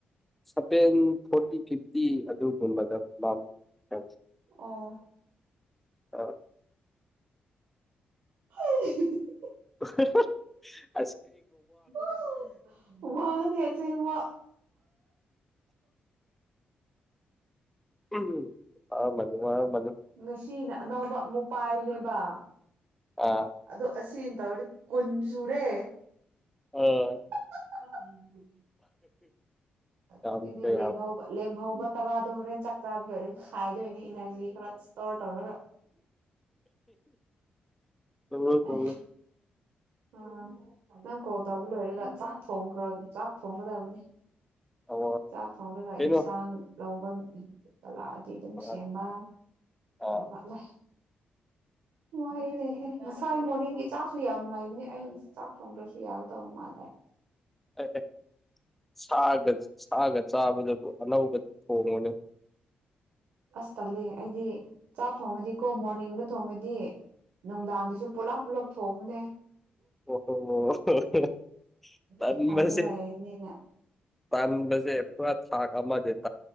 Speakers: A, in the centre; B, on the right.
A: ꯁꯚꯦꯟ ꯐꯣꯔꯇꯤ ꯐꯤꯐꯇꯤ ꯑꯗꯨꯒꯨꯝꯕꯗ ꯄꯥꯝ ꯑ
B: ꯑꯣ
A: ꯑꯥ <unintelligible>
B: ꯍꯥꯏ ꯍꯤ ꯍꯤ ꯍꯤ
A: ꯎ ꯍꯥ ꯍꯥ
B: ꯋꯥ ꯋꯥꯅꯦ ꯑꯁꯦꯡꯕꯥ
A: ꯎꯝ ꯋꯥꯔꯃꯅꯤ ꯋꯥꯔꯝꯃꯅꯤ
B: ꯉꯁꯤꯅ ꯑꯅꯧꯕ ꯑꯃꯨꯛ ꯄꯥꯏꯕꯅꯦꯕ꯫
A: ꯑꯥ
B: ꯑꯗꯣ ꯑꯁꯤꯅ ꯇꯧꯔꯗꯤ ꯀꯨꯟ ꯁꯨꯔꯦ꯫
A: ꯑ
B: ꯍꯥ ꯍꯥ ꯍꯥ ꯑꯗꯨꯒꯤꯅꯦ
A: ꯌꯥꯝ ꯀꯩ
B: ꯂꯦꯝꯍꯧꯕ
A: ꯍꯥꯏꯕ
B: ꯂꯦꯝꯍꯧꯕ ꯇꯔꯥꯗꯣ ꯍꯣꯔꯦꯟ ꯆꯥꯛ ꯆꯥꯕ ꯂꯣꯏꯔꯒ ꯈꯥꯏꯗꯣꯏꯅꯤ ꯏꯅꯔꯖꯤ ꯈꯔ ꯏꯁꯇꯣꯔ ꯇꯧꯔꯒ
A: ꯇꯧꯔꯣ ꯇꯧꯔꯣ꯫
B: ꯑꯦ ꯑꯥ ꯅꯪ ꯀꯣꯜ ꯇꯧꯕ ꯂꯣꯏꯔꯒ ꯆꯥꯛ ꯊꯣꯡꯈ꯭ꯔ ꯆꯥꯛ ꯊꯣꯡꯒꯗꯕꯅꯤ꯫
A: ꯑꯣ
B: ꯆꯥꯛ ꯊꯣꯡꯂꯒ
A: ꯀꯩꯅꯣ
B: ꯏꯟꯁꯥꯡ ꯂꯧꯕ ꯇꯥ ꯂꯥꯛ ꯇꯤ ꯗꯨꯝ
A: ꯑꯥ
B: ꯁꯦꯝꯕ ꯇꯧꯈꯠꯂꯦ
A: ꯑꯥ
B: ꯋꯥꯥꯏꯅꯦꯍꯦ ꯉꯁꯥꯏ ꯃꯣꯔꯅꯤꯡꯒꯤ ꯆꯥꯛꯁꯨ ꯌꯥꯝ ꯂꯩ ꯑꯩ ꯆꯥꯛ ꯊꯣꯡꯗ꯭ꯔꯁꯨ ꯌꯥꯒꯗꯧꯕ ꯃꯥꯜꯂꯦ
A: ꯑꯩ ꯁꯥꯒ ꯁꯥꯒ ꯆꯥꯕꯗꯕꯨ ꯑꯅꯧꯕ ꯊꯣꯡꯉꫭꯅꯦ
B: ꯑꯁ ꯇꯜꯂꯦ ꯑꯩꯗꯤ ꯆꯥꯛ ꯊꯣꯡꯉꯗꯤꯀꯣ ꯃꯣꯔꯅꯤꯡꯗ ꯊꯣꯡꯉꯗꯤ ꯅꯨꯡꯗꯥꯡꯒꯤꯁꯨ ꯄꯨꯂꯞ ꯄꯨꯂꯞ ꯊꯣꯡꯕꯅꯦ
A: ꯑꯣ ꯑꫭ
B: ꯏꯊꯟꯗ
A: ꯇꯟꯃꯁꯦ
B: ꯂꯩꯔꯅꯤꯅ
A: ꯇꯟꯕꯁꯦ ꯄꯨ ꯊꯥꯛ ꯑꯃꯗꯅꯦ